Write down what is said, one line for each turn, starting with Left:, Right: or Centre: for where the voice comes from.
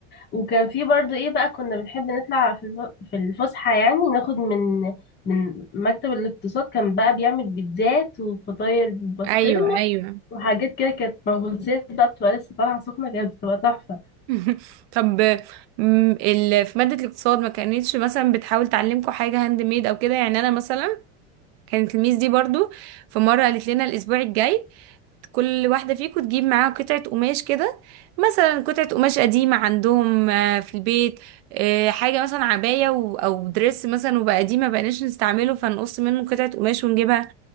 Left: وكان في برضو ايه بقى كنا بنحب نطلع في الف- في الفسحة يعني ناخد من من مكتب الاقتصاد كان بقى بيعمل بيتزات وفطاير بالبسطرمة
Right: <laughs> ايوه ايوه
Left: وحاجات كده كانت مخبوزات بقى بتبقى لسه طالعة سخنة كانت بتبقى تحفة
Right: <laughs> طب م، ال... في ماده الاقتصاد ما كانتش مثلا بتحاول تعلمكم حاجه هاند ميد او كده يعني انا مثلا كانت الميس دي برضو في مره قالت لنا الاسبوع الجاي كل واحدة فيكم تجيب معاها قطعة قماش كده مثلا قطعة قماش قديمة عندهم آه، في البيت آه، حاجة مثلا عباية و- أو دريس مثلا وبقى قديم ما بقناش نستعمله فنقص منه قطعة قماش ونجيبها